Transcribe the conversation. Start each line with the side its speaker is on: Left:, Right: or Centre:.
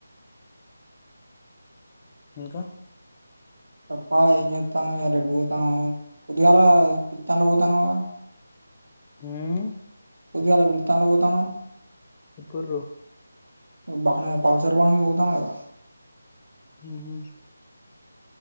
Left: ఇంకా
Right: తప్ప ఏం చేత్తాను ఇయాలా ఎటు పోతాను పొద్దుగాల పిల్తన్నా పోతన్నావ్
Left: మ్మ్
Right: పొద్దుగాళ పిల్తన్నా పోతన్నావ్
Left: ఇప్పురు
Right: బానే పల్సర్ బండి తోల్తన్నావ్
Left: మ్మ్